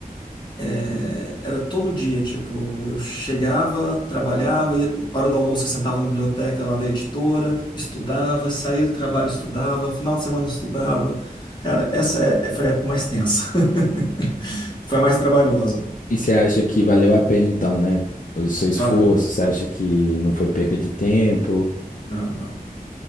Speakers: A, on the left; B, on the left.
A: É, era todo dia, tipo, eu chegava, trabalhava, ia, hora do almoço eu sentava na biblioteca lá da editora, estudava, saía do trabalho, estudava, final de semana estudava. Cara, essa é, é- foi a época mais tensa. <laughs> Foi a mais trabalhosa.
B: E você acha que valeu a pena então, né? O seu esforço,
A: Valeu.
B: você acha que não foi perca de tempo?
A: Não, não.